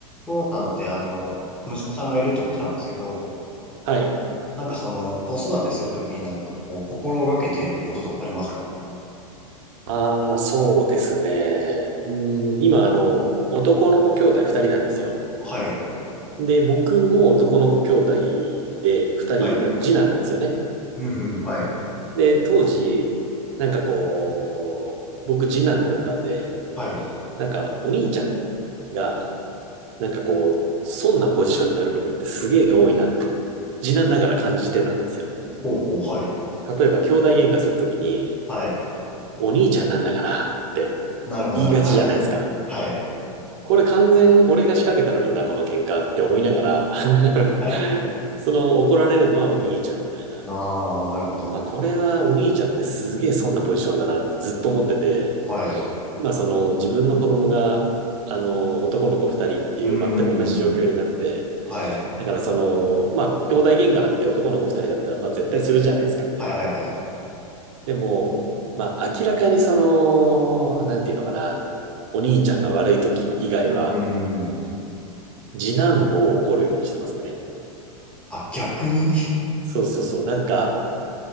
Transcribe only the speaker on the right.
はい。
ああ、そうですね。うん、今、あの、男の子兄弟二人なんですよ。
で、僕も男の子兄弟で、二人であの次男なんですよね。
で、当時、なんかこう、僕次男だったんで、
なんかお兄ちゃんが、なんかこう、そんなポジションになることってすげえ多いなって、次男ながら感じてたんですよ。
例えば、兄弟喧嘩するときに、
お兄ちゃんなんだからって
言いがちじゃないですか。
これ完全俺が仕掛けたのにな、この喧嘩って思いながら <laughs>
その怒られるのはお兄ちゃんみたいな。
あ、これはお兄ちゃんってすげえそんなポジションだなってずっと思ってて、
まあその自分の子供が、あの、男の子二人っていう全く同じ状況になって、
だからその、まあ兄弟喧嘩なんて男の子二人だったらまあ絶対するじゃないですか。
でも、まあ明らかにその、なんていうのかな、お兄ちゃんが悪い時以外は、
次男を怒るようにしてますね。
そうそうそう、なんか、